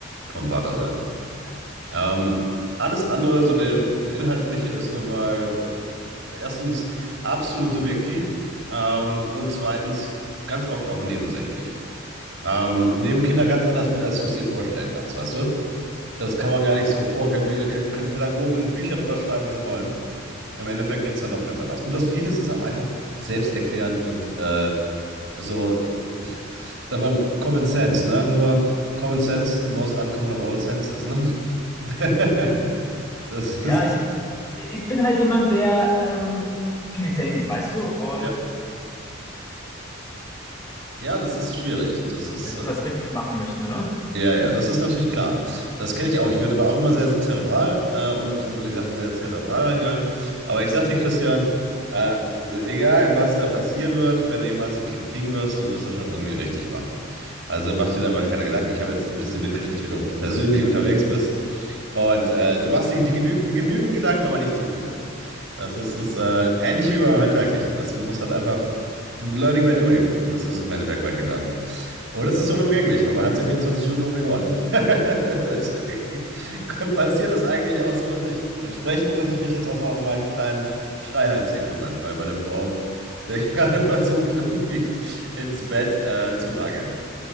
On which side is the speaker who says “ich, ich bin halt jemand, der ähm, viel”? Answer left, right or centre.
Left